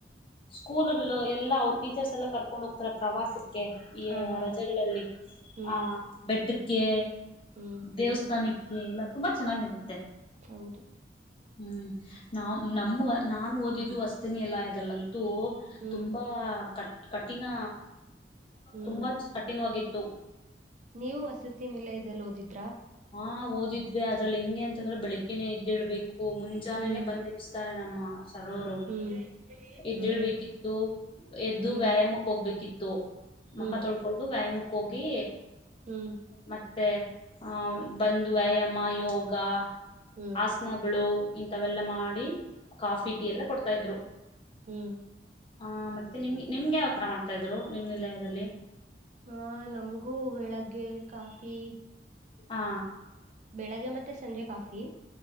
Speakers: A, on the left (about 30°); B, on the right (about 45°).
A: ಸ್ಕೂಲ್ಗಳು ಎಲ್ಲಾ ಅವರು ಟೀಚರ್ಸ್ ಎಲ್ಲ ಕರ್ಕೊಂಡ್ ಹೋಗ್ತಾರೆ ಪ್ರವಾಸಕ್ ಈ
B: ಹಾ
A: ಯ
B: ಹಾ
A: ರಜೆಗಳಲ್ಲಿ
B: ಹ್ಮ್
A: ಆ ಬೆಟ್ ಟ್ಟಕ್ಕೆ
B: ಹ್ಮ್
A: ದೇವಸ್ಥಾನಕ್ ಕ್ಕೆ ಎಲ್ಲ ತುಂಬಾ ಚೆನ್ನಾಗಿರುತ್ತೆ.
B: ಹೌದು
A: ಹ್ಮ್ ನಾ ನಮ್ಮ ನಾನು ಓದಿದ್ದು ವಸ್ತಿನಿ ಎಲ್ಲ ದಲ್ಲ ಟು
B: ಹ್ಮ್
A: ತುಂಬಾ ಕ ಕಠಿನ
B: ಹ್ಮ್
A: ತುಂಬಾ ಕಠಿಣವಾಗಿ ತ್ತು
B: ನೀವು ವಸತಿ ನಿಲಯದಲ್ಲಿ ಓದಿದ್
A: ಹಾ ಒದ್ ದಿದ್ವಿ ಅದ್ರಲ್ ಹೆಂಗೆ ಅಂತಂದ್ರೆ ಬೆಳಗ್ಗೆನೇ ಎದ್ ಎದ್ದೇಳ್ಬೇಕು ಮುಂಜಾನೆನೆ
B: ಹ್ಮ್
A: ಬಂದ್ ಎಬ್ಸ್ತಾರೆ ನಮ್ಮ ಸರೋರು
B: ಹ್ಮ್
A: ಎದಳ್ಬೇಕಿತ್ತು
B: ಹ್ಮ್
A: ಎದ್ದು
B: ಹ್ಮ್
A: ವ್ಯಾಯಾಮಕ್ಕೆ
B: ಹ್ಮ್
A: ಹೋಗ್ಬೇಕಿತ್ ತೋ.
B: ಹ್ಮ್
A: ಮಕ ತೊಳ್ಕೊಂಡು ವ್ಯಾಯಾಮಕ್ ಹೋಗೀ
B: ಹ್ಮ್
A: ಮತ್ ತೇ. ಆಂ ಬಂದ್ ವ್ಯಾಯಾಮ ಯೋಗ
B: ಹ್ಮ್
A: ಆಸ್ನಗಳೂ ಇಂಥವೆಲ್ಲ ಮಾಡಿ ಕಾಫಿ ಟೀ ಎಲ್ಲ ಕೊಡ್ತಾ ಇದ್ರು.
B: ಹ್ಮು.
A: ಆ ಮತ್ತೆ ನಿಮ್ಗೆ ನಿಮ್ಗ್ ಯಾವ್ ತರ ಮಾಡ್ತಾ ಇದ್ರು ನಿಮ್ ನಿಲಯದಲ್ಲಿ?
B: ಆ ನಮ್ಗೂ ಬೆಳಗ್ಗೆ ಕಾಫೀ
A: ಆ.
B: ಬೆಳಗ್ಗೆ ಮತ್ತೆ ಸಂಜೆ ಕಾಫಿ